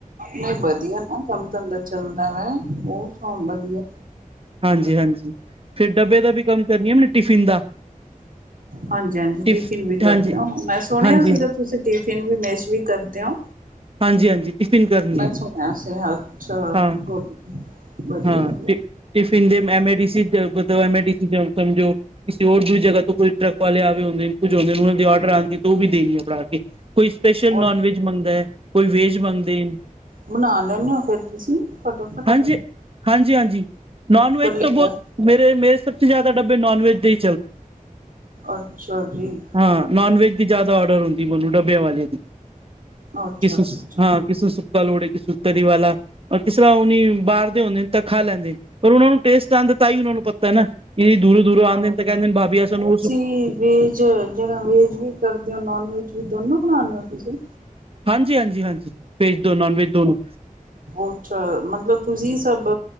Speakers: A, on the right; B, on the right.
A: ਨਈ ਵਧੀਆ ਨਾ ਕੰਮ-ਧੰਦਾ ਚੱਲਦਾ ਵੈ, ਓ ਕੰਮ ਵਧੀਆ।
B: ਹਾਂਜੀ-ਹਾਂਜੀ, ਫਿਰ ਡੱਬੇ ਦਾ ਵੀ ਕੰਮ ਕਰਨੀ ਆ ਨਾ ਟਿਫਿਨ ਦਾ
A: ਹਾਂਜੀ-ਹਾਂਜੀ,
B: ਟਿਫ
A: ਟਿਫਿਨ ਵੀ ਕਰਦੇ‌
B: ਹਾਂਜੀ
A: ਓ ਮੈਂ ਸੁਣਿਆ
B: ਹਾਂਜੀ
A: ਸੀਗਾ ਤੁਸੀਂ ਟਿਫਿਨ ਵੀ ਮੇਸ਼ ਵੀ ਕਰਦੇ ਓ।
B: ਹਾਂ ਜੀ-ਹਾਂਜੀ ਟਿਫਿਨ ਕਰਨੀ ਆ ਮੈਂ
A: ਸੁਣਿਆ ਸੀ ਅੱਛਾ
B: ਹਾਂ,
A: ਗੁਡ ਵਧੀਆ
B: ਹਾਂ
A: ਵਧੀਆ
B: ਟਿਫਿ ਟਿਫਿਨ ਦੀ M A D C ਗੁਦ M A D C ਸਮਝੋ ਕਿਸੇ ਹੋਰ ਦੂਜੀ ਜਗ੍ਹਾ ਤੋਂ ਕੋਈ ਟਰੱਕ ਵਾਲੇ ਆਗੇ ਹੁੰਦੇ ਨੇ, ਕੁਝ ਹੁੰਦੇ ਨੇ ਓਨਾਂ ਦੇ ਔਡਰ ਆਂਦੇ ਓ ਵੀ ਦੇਣੀ ਏ ਬਣਾ ਕੇ ਕੋਈ ਸਪੈਸ਼ਲ
A: ਉਹ
B: ਨੋਨ ਵੈਜ ਮੰਗਦਾ ਕੋਈ ਵੇਜ ਮੰਗਦੈ-
A: ਬਣਾ ਲੈਂਨੇ ਓ ਫੇਰ ਤੁਸੀਂ ਫਟਾਫਟ
B: ਹਾਂਜੀ ਹਾਂਜੀ ਹਾਂਜੀ ਨੋਨ ਵੈਜ
A: ਕੱਲੇ
B: ਤਾਂ ਬੋਹਤ
A: ਕਰ
B: ਮੇਰੇ ਮੇਰੇ ਸਭ ਤੋਂ ਜ਼ਿਆਦਾ ਡੱਬੇ ਨੋਨ ਵੈਜ ਦੇ ਈ
A: ਅੱਛਾ ਜੀ।
B: ਹਾਂ ਨੋਨ ਵੈਜ ਦੀ ਜ਼ਿਆਦਾ ਔਡਰ ਹੁੰਦੀ ਏ ਮੈਨੂੰ ਡੱਬਿਆਂ ਵਾਲੀ ਦੀ
A: ਅੱਛਾ
B: ਕਿਸ
A: ਅੱਛਾ
B: ਸ
A: ਅੱਛਾ
B: ਹਾਂ ਕਿਸ ਨੂੰ ਸੁੱਕਾ ਲੋੜ ਏ ਕਿਸੇ ਨੂੰ ਤਰੀ ਵਾਲਾ ਕਿਸ ਤਰ੍ਹਾਂ ਓਨੇ ਬਾਹਰ ਦੇ ਹੁੰਦੇ ਤਾਂ ਖਾ ਲੈਂਦੇ ਨੇ ਪਰ ਓਨਾ ਨੂੰ ਟੇਸਟ ਆਂਦਾ ਤਾਂ ਈ ਓਨਾ ਨੂੰ ਪਤਾ ਏ ਨਾ ਕਿ ਦੂਰੋਂ-ਦੂਰੋਂ ਆਂਦੇ ਨੇ ਤਾਂ ਕੈਂਦੇ ਨੇ ਭਾਭੀ ਅਸਾ ਨੂੰ ਉਸ
A: ਕੀ ਵੇਜ ਜ ਜੇੜਾ ਵੇਜ ਵੀ ਕਰਦੇ ਓ ਨੋਨ ਵੇਜ ਵੀ ਦੋਨੋਂ ਬਣਾਣੇ ਓ ਤੁਸੀ
B: ਹਾਂਜੀ-ਹਾਂਜੀ-ਹਾਂਜੀ ਵੇਜ ਦੋ ਨੋਨ ਵੈਜ ਦੋਨੋ।
A: ਅਛਾ ਮਤਲਬ ਤੁਸੀਂ ਸਭ